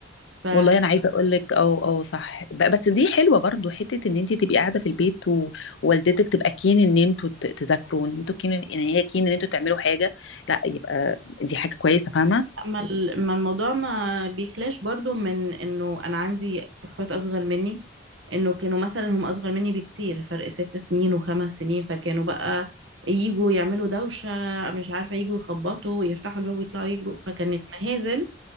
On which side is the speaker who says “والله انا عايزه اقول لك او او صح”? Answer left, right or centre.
Left